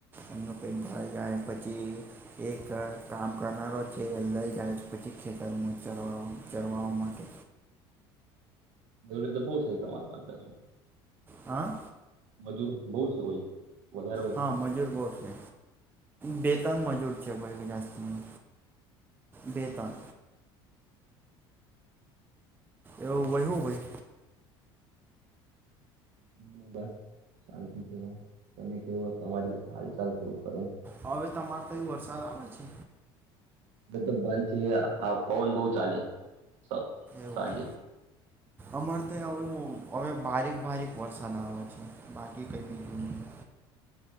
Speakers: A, on the right (about 15°); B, on the right (about 65°).
A: એમનું પેટ ભરાય જાય પછી એક કામ કરનારો છે અંદર જાય છે પછી ખેતરમાં ચરવામા ચરવા માટે
B: બેવ રીતે બહુ થઈ તમાર પા પાછું
A: હા.
B: મજૂર બહુ છે હોય. વધારે હોય
A: હા,
B: છે.
A: મજૂર બહુ છે. બે તન મજુર છે <unintelligible> હમ, બે તન એવું વહ્યું હોય
B: મને બસ શાંતિ છે, તમે કેવો તમારી હાલ ચાલ કેવું ખરું?
A: હવે તમાર તઈ વરસાદ આવે છે.
B: બધુ બંધ છે હાવ પવન બઉ ચાલે. સ
A: એવું
B: સાંજે
A: અમારે ત્યા બઉ હવે ભારીક ભારીક વરસાદ આવે છે. બાકી કંઈ
B: હમ.
A: બીજું નહીં